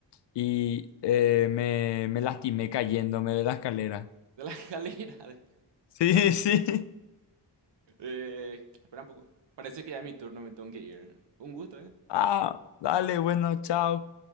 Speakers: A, on the left; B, on the right.
A: y eh, me, me lastimé cayéndome de la escalera. <laughs>
B: de la escalera. <laughs>
A: Sí, sí.
B: Eh, espera un poco. Parece que ya es mi turno, me tengo que ir. Un gusto, ¿eh?
A: Ah, dale, bueno, chao.